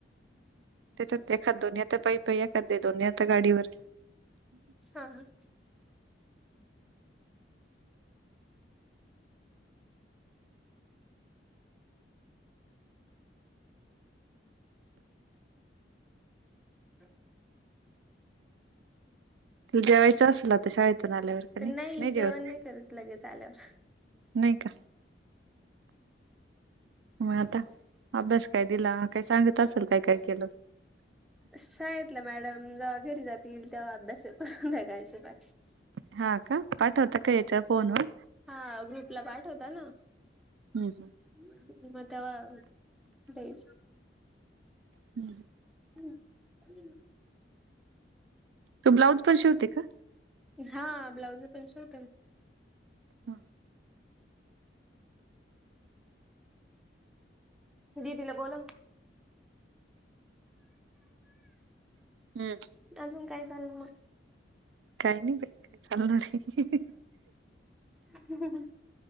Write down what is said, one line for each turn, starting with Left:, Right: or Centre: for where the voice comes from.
Right: त्याच्यात एखाद दोन्ही आता पै पई एखाद दोन्ही आता गाडीवर
Centre: हा ह <inaudible>
Right: जेवायचं असेल आता शाळेतून आल्यावर का
Centre: मग
Right: नाही नाही जेवत?
Centre: जेवण करत लगेच आल्यावर
Right: नाही का? म आता अभ्यास काय दिला काय सांगत असेल काय काय केलं.
Centre: शाळेतल्या मॅडम जेव्हा घरी जातील तेव्हा अभ्यास येतो ब्यागांचा बाहेर
Right: हा का पाठवता का याच्या फोनवर?
Centre: हा ग्रुपला पाठवता ना
Right: हमम.
Centre: <unintelligible>
Right: हमम.
Centre: हमम.
Right: तु ब्लाउजपण शिवते का?
Centre: हा ब्लाउज पण शिवते मी.
Right: <inaudible>
Centre: दीदीला बोलव.
Right: हमम.
Centre: अजून काय चाललं मग?
Right: काही नाही बाई काय चालणारये.
Centre: हम हमम.